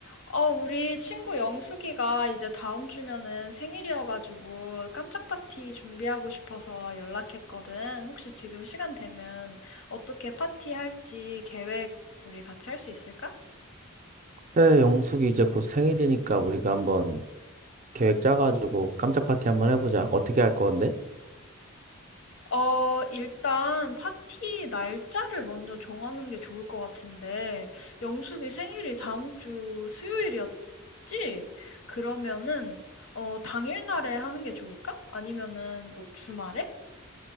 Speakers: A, on the left; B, on the right.
A: 어, 우리 친구 영숙이가 이제 다음 주면은 생일이어가지고 깜짝 파티 준비하고 싶어서 연락했거든. 혹시 지금 시간 되면 어떻게 파티 할지 계획 우리 같이 할 수 있을까?
B: 그래, 영숙이 이제 곧 생일이니까 우리가 한번 계획 짜가지고 깜짝 파티 한번 해보자. 어떻게 할 건데?
A: 어, 일단 파티 날짜를 먼저 정하는 게 좋을 것 같은데, 영숙이 생일이 다음 주 수요일이었지? 그러면은, 어, 당일날에 하는 게 좋을까? 아니면은 뭐 주말에?